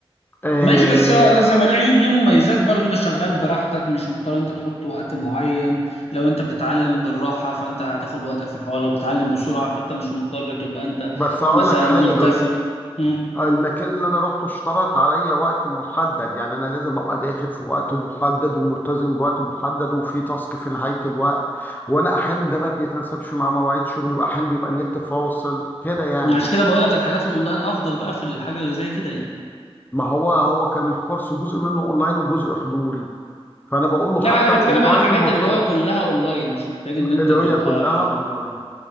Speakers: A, on the left; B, on the left.
A: آه
B: ماشي بس هو لا زي ما له عيوب ليه مميزات برضه أنت شغال براحتك مش مضطر أنت تحط وقت معين لو أنت بتتعلم بالراحة فأنت هتاخد وقتك في الحوار لو بتتعلم بسرعة فأنت مش مضطر تبقى أنت
A: بس اقول
B: مثلا
A: لك حاجة
B: ملتزم
A: دول
B: مم.
A: المكان اللي انا رحته اشترط عليا وقت محدد يعني انا لازم ابقى داخل في وقت محدد وملتزم بوقت محدد وفي تاسك في نهاية الوقت وانا احيانا ده ما بيتناسبش مع مواعيد شغلي واحيانا بيبقى النت فاصل كده يعني
B: عشان كده بقول لك الحاجات الأونلاين أفضل بقى في الحاجة اللي زي كده يعني
A: ما هو هو كان الكورس جزء منه اونلاين وجزء حضوري فانا بقول له
B: لا
A: حتى
B: أنا
A: الاونلاين
B: بتكلم عن الحاجات
A: مرتبط
B: اللي هو كلها أونلاين مش محتاج إن أنت
A: اللي
B: تبقى
A: هي كلها اونلاين